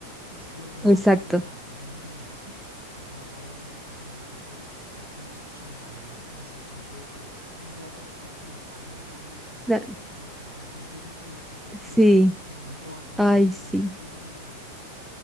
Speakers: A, on the right; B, in the centre.
A: Es que lo que más
B: Exacto.
A: rabia me da acordándome de eso, lo que más rabia me da acordándome del COVID, es que nos chantajeaban con ese cuento de que no lo hagas por ti, hazlo por los que estás,
B: La-
A: co- los que están contigo y que los que tú quieres.
B: sí.
A: Y si no te vacunas
B: Ay,
A: es que
B: sí.
A: no los quieres ni los respetas.